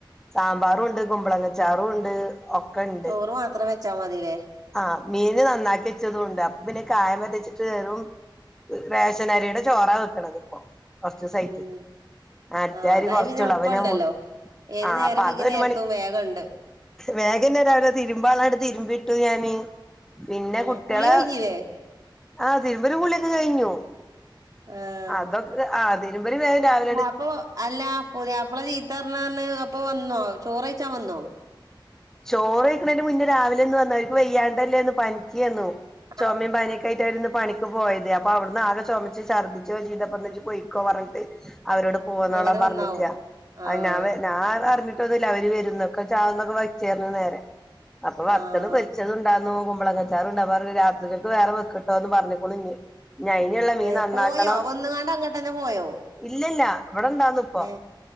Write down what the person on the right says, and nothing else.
ചോറ് മാത്രം വെച്ചാ മതിലേ
ഉം
ആഹ്
അതായ
പിന്നെ എളുപ്പണ്ടല്ലോ
ഏത്
നേരം
വൈകിയ
നേരത്തും
വേഗണ്ട്
ഉം
കുളി കഴിഞ്ഞില്ലേ
ആഹ്
ആഹ് അപ്പൊ അല്ല പുത്യാപ്പള ചീത്തറിഞ്ഞു പറഞ്ഞ് അപ്പൊ വന്നോ ചോറയിച്ചാൻ വന്നോ?
ആഹ്
അങ്ങനെ
വന്നാവും
ആഹ്
ആഹ്
ഏഹ്
പോയോ വന്നുകാണ്ട് അങ്ങട്ടന്നെ പോയോ
ഏഹ്